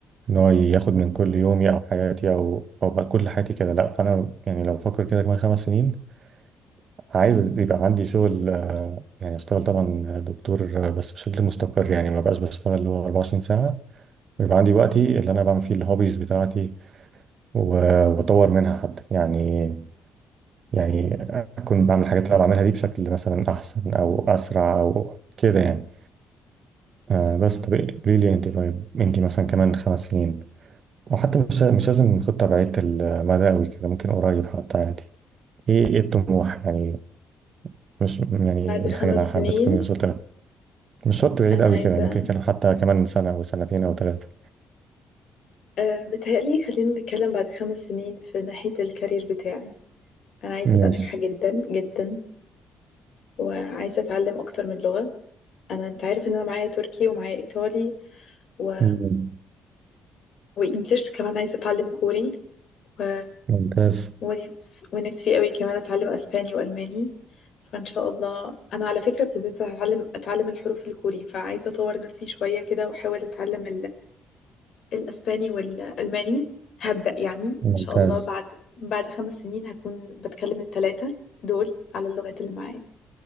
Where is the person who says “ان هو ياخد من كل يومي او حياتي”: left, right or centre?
Right